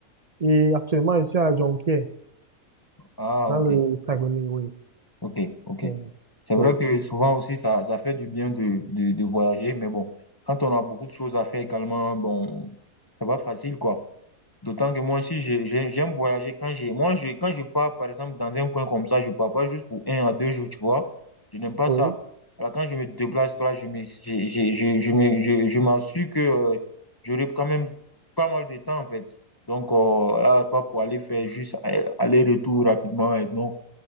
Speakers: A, on the right; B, on the left.
A: et actuellement, je suis à Jonquière,
B: Ah,
A: dans
B: ok.
A: le Saguenay, oui.
B: Ok, ok.
A: Oui,
B: C'est vrai
A: oui,
B: que souvent aussi, ça, ça fait du bien de, de, de voyager, mais bon, quand on a beaucoup de choses à faire également, bon, c'est pas facile, quoi. D'autant que moi aussi, j'ai- j'ai- j'aime voyager. Quand j'ai, moi, je, quand je pars, par exemple, dans un coin comme ça, je pars pas juste pour un à deux jours, tu vois. Je n'aime pas
A: oui.
B: ça. Alors, quand je me déplace là, je me, j'ai- j'ai- je, je, me, je, je m'assure que euh, j'aurai quand même pas mal de temps, en fait. Donc, euh, là, pas pour aller faire juste euh, aller-retour rapidement, et non.